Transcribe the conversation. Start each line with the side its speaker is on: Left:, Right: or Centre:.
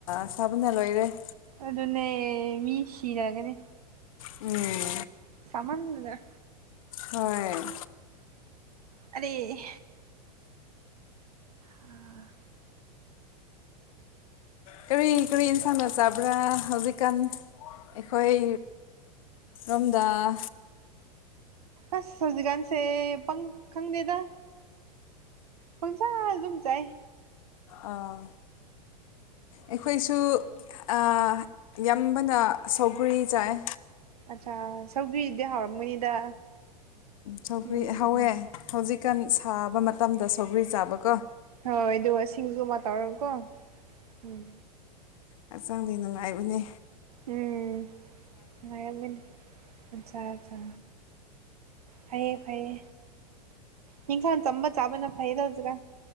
Left: ꯁꯥꯕꯅ ꯂꯣꯏꯔꯦ
Right: ꯑꯗꯨꯅꯦ ꯃꯤ ꯁꯤꯔꯒꯅꯤ
Left: INAUDIBLE
Right: ꯁꯥꯃꯟꯗꯅ
Left: ꯍꯣꯏ
Right: ꯑꯗꯤ ꯍꯥꯑ
Left: ꯀꯔꯤ ꯀꯔꯤ ꯏꯟꯁꯥꯡꯅ ꯆꯥꯕ꯭ꯔꯥ ꯍꯧꯖꯤꯛꯀꯥꯟ ꯑꯩꯈꯣꯏ ꯔꯣꯝꯗꯥꯑꯥ
Right: ꯑꯥꯁ ꯍꯧꯖꯤꯛꯀꯥꯟ ꯁꯦ ꯄꯪ ꯈꯪꯗꯦꯗ ꯄꯪꯆꯥꯗ ꯑꯗꯨꯝ ꯆꯥꯏꯑꯦ
Left: ꯑꯥ ꯑꯩꯈꯣꯏꯁꯨ ꯑꯥ ꯌꯥꯝꯕꯅ ꯁꯧꯒ꯭ꯔꯤ ꯆꯥꯏꯑꯦ
Right: ꯑꯠꯆꯥ ꯁꯧꯒ꯭ꯔꯤꯗꯤ ꯍꯥꯎꯔꯝꯒꯅꯤꯗ
Left: ꯁꯧꯒ꯭ꯔꯤ
Right: ꯎꯝ ꯎꯝ
Left: ꯍꯧꯋꯦ
Right: ꯎꯝ
Left: ꯍꯧꯖꯤꯛꯀꯥꯟ ꯁꯥꯕ ꯃꯇꯝꯗ ꯁꯧꯒ꯭ꯔꯤ ꯆꯥꯕ ꯀꯣ
Right: ꯍꯣꯏ ꯑꯗꯨꯒ ꯁꯤꯡꯖꯨ ꯑꯃ ꯇꯧꯔꯛꯎꯀꯣ ꯎꯝ
Left: ꯍꯛꯆꯥꯡꯗꯤ ꯅꯨꯡꯉꯥꯏꯕꯅꯦ
Right: ꯎꯝ ꯅꯨꯡꯉꯥꯏꯔꯝꯒꯅꯤ ꯑꯠꯁꯥ ꯑꯠꯁꯥ ꯐꯩꯌꯦ ꯐꯩꯌꯦ ꯍꯤꯡꯅ ꯆꯝꯕ ꯆꯥꯕꯅ ꯐꯩꯗꯖꯒ